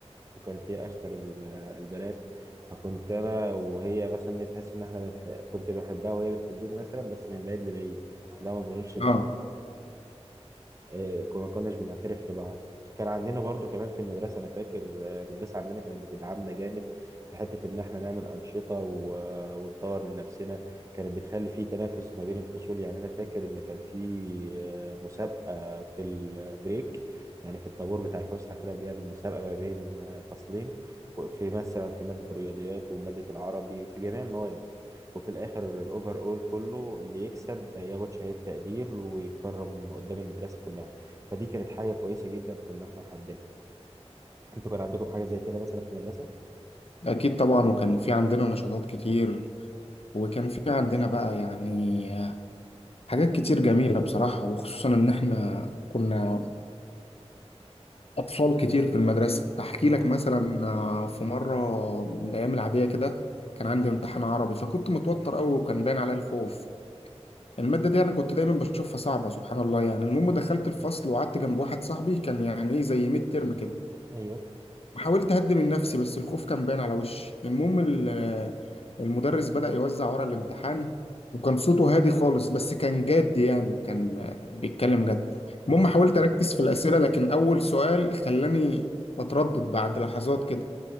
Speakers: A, on the right; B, on the left.
A: وكانت هي اشطر ال- البنات فكنت انا وهي مثلا إيه، تحس ان احنا بنح... كنت بحبها وهي بتحبني مثلا بس من بعيد لبعيد لا ما بنقولش لبعض
B: اه
A: آه، ما كناش بنعترف لبعض كان عندنا برضو كمان في المدرسة أنا فاكر آه، المدرسة عندنا كانت بتدعمنا جامد في حتة إن إحنا نعمل أنشطة و- آه، ونطور من نفسنا كانت بتخلي في تنافس ما بين الفصول يعني أنا فاكر إن كان في آه، مسابقة في البريك يعني في الطابور بتاع الفسحة كده بيعمل مسابقة ما بين آه، فصلين ك- في مثلا في مادة الرياضيات ومادة العربي في جميع المواد وفي الاخر الاوفر اول كله اللي يكسب ياخد شهادة تقدير ويتكرم قدام المدرسة كلها فدي كانت حاجة كويسة جدا كنا احنا حابينها انتوا كان عندكم حاجة زي كده مثلا في المدرسة
B: اكيد طبعا وكان في عندنا نشاطات كتير وكان في عندنا بقى يعني حاجات كتير جميله بصراحه وخصوصا ان احنا كنا اطفال كتير في المدرسه احكي لك مثلا آه، في مره من الايام العاديه كده كان عندي امتحان عربي فكنت متوتر قوي وكان باين عليا الخوف المادة دي أنا كنت دايما بشوفها صعبة سبحان الله يعني المهم دخلت الفصل وقعدت جنب واحد صاحبي كان يعني إيه زي ميد ترم كده
A: ايوه
B: حاولت اهدي من نفسي بس الخوف كان باين على وشي المهم ال- المدرس بدأ يوزع ورق الامتحان وكان صوته هادي خالص بس كان جاد يعني كان بيتكلم جد المهم
A: اه
B: حاولت اركز في الأسئلة لكن اول سؤال خلاني اتردد بعد لحظات كده